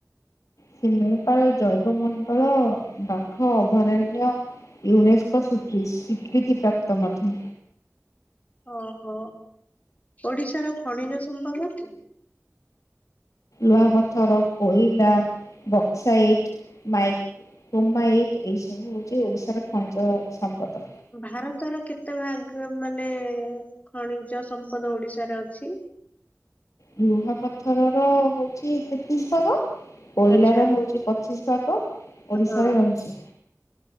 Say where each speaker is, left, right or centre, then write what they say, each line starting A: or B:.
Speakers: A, on the left; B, on the left.
A: ଶିମିଳିପାଳ ଜୈବ ମଣ୍ଡଳ ବାଘ ଅଭୟାରଣ୍ୟ। ୟୁନେସ୍କୋ ସୁକ୍ରିସ ସ୍ୱୀକୃତିପ୍ରାପ୍ତ ମଧ୍ୟ।
B: ଓହୋ ଓଡିଶାର ଖଣିଜ ସମ୍ପଦ?
A: ଲୁହା ପଥର, କୋଇଲା, ବକ୍ସାଇଟ, ମାଇକ୍। କ୍ରୋମାଇଟ ଏଇ ସବୁ ହଉଛି ଓଡିଶାର ଖଇଞ୍ଚ ସମ୍ପଦ।
B: ଭାରତର କେତେ ଭାଗ ମାନେ ଖଣିଜ ସମ୍ପଦ ଓଡିଶାରେ ଅଛି?
A: ଲୁହାପଥର ର ହଉଛି ତେତିଶ ଭାଗ। କୋଇଲା
B: ଆଚ୍ଛା
A: ର ହଉଛି ପଚିଶ ଭାଗ ଓଡିଶାରେ
B: ହଁ
A: ରହିଛି।